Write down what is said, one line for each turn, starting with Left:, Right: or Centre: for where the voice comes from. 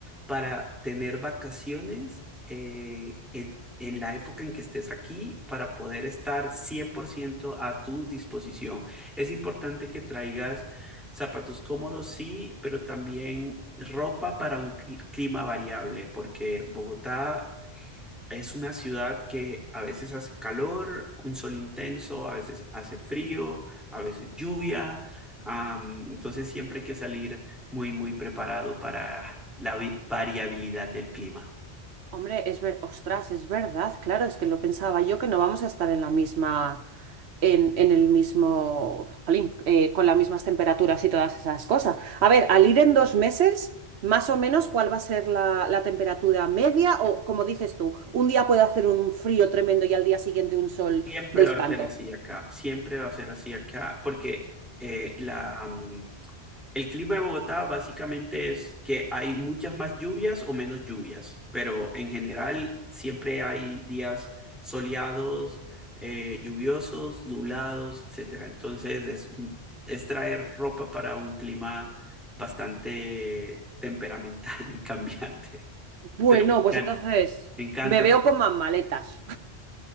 Centre: para tener vacaciones eh, en, en la época en que estés aquí para poder estar 100% a tu disposición. Es importante que traigas zapatos cómodos, sí, pero también ropa para un cli- clima variable, porque Bogotá es una ciudad que a veces hace calor, un sol intenso, a veces hace frío, a veces lluvia. Am, entonces siempre hay que salir muy, muy preparado para la vi- variabilidad del clima.
Right: Hombre, es ver, ostras, es verdad, claro, es que lo pensaba yo que no vamos a estar en la misma, en, en el mismo, jolín, eh, con las mismas temperaturas y todas esas cosas. A ver, al ir en dos meses, más o menos, ¿cuál va a ser la, la temperatura media? O, como dices tú, un día puede hacer un frío tremendo y al día siguiente un sol
Centre: Siempre
Right: de
Centre: va
Right: espanto.
Centre: a ser así acá, siempre va a ser así acá, porque eh, la, El clima de Bogotá básicamente es que hay muchas más lluvias o menos lluvias, pero en general siempre hay días soleados, eh, lluviosos, nublados, etcétera. Entonces es, es traer ropa para un clima bastante temperamental y <laughs> cambiante,
Right: Bueno,
Centre: pero me encanta.
Right: pues entonces
Centre: Me encanta.
Right: me veo con más maletas.